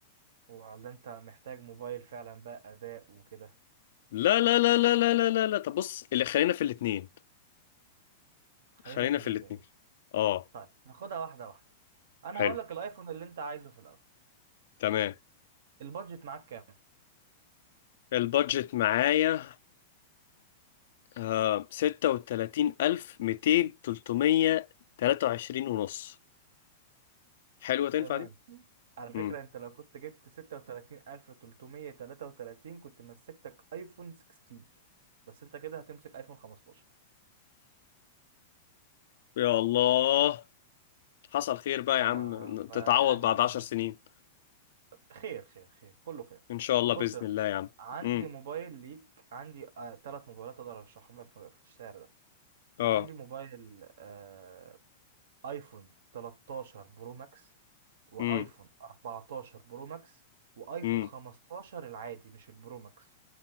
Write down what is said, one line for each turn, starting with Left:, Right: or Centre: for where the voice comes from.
Right: ولا انت محتاج موبايل فعلا بقى اداء وكده
Left: لا لا لا لا لا لا لا لا طب بص اللي خلينا في الاتنين
Right: خلينا
Left: خلينا
Right: في
Left: في
Right: الاتنين
Left: الاتنين اه
Right: طيب ناخدها واحده واحده انا
Left: حلو
Right: هقول لك الايفون اللي انت عايزه في الاول
Left: تمام
Right: البادجت معاك كام
Left: البادجت معايا آه ستة وتلاتين ألف ميتين تلتمية تلاتة وعشرين ونص حلوة تنفع
Right: تمام
Left: دي؟
Right: على <laughs> فكره
Left: مم.
Right: انت لو كنت جبت 36333 كنت مسكتك ايفون 16 بس انت كده هتمسك ايفون 15
Left: يا الله حصل خير بقى
Right: ف...
Left: يا عم
Right: فيعني
Left: تتعوض بعد عشر سنين
Right: خير خير خير كله خير
Left: ان شاء الله
Right: بص
Left: باذن
Right: يا أسطى،
Left: الله يا عم
Right: عندي
Left: امم
Right: موبايل ليك عندي آه ثلاث موبايلات اقدر ارشحهم لك في في السعر ده
Left: اه
Right: عندي موبايل آه ايفون 13 برو ماكس وايفون
Left: امم
Right: 14 برو ماكس وايفون
Left: امم
Right: 15 العادي مش البرو ماكس